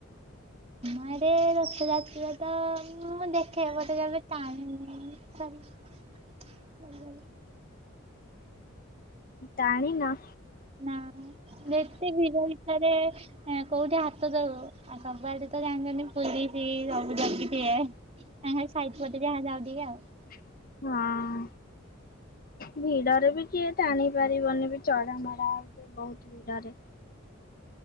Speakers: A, on the right (about 30°); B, on the left (about 45°).
A: ଗାଁରେ ରଥଯାତ୍ରା ତ ମୁଁ ଦେଖେ ବଟ କେବେ ଟାଣିନି। ଛାଡ
B: ଟାଣିନ?
A: ନା ବେଶୀ ଭିଡ଼ ଭିତରେ ହଁ କୋଉଠି ହାତ ଦବୁ ଆଉ ସବୁଆଡେ ତ ଜାଣିଛନ୍ତି ପୋଲିସ ସବୁ ଜଗିଥିବେ। କାଇଁ ଖାଲି ଆମେ ସାଇକେଲରେ ଯାହା ଯାଉ ଟିକେ ଆଉ
B: ହଁ। ଭିଡରେ ବି କିଏ ଟାଣି ପାରିବନି ବି ଚଢ଼ା ମରା ଆଉ କିଏ ବହୁତ ଭିଡରେ?